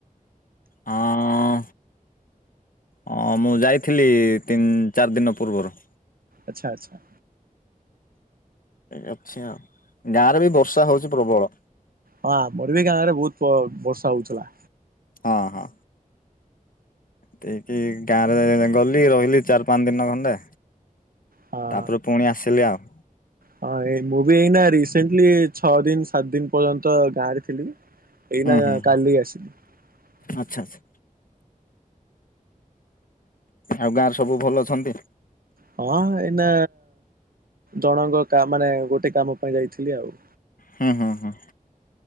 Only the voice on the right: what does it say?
ଆଚ୍ଛା ଆଚ୍ଛା।
ହଁ ଆ ମୋର ବି ଗାଁ ରେ ବହୁତ ବର୍ଷା ହଉଥିଲା।
ହଁ।
ହଁ ଏ ମୁଁ ବି ଏଇନା ରିସେଣ୍ଟଲି ଛଅ ଦିନ ସାତ ଦିନ ପର୍ଯ୍ୟନ୍ତ ଗାଁରେ ଥିଲି। ଏଇ
ନା
କାଲି ଆସିଲି।
ହଁ ଏଇନା ଜଣଙ୍କ ମାନେ ଗୋଟେ କାମ ପାଇଁ ଯାଇଥିଲି ଆଉ।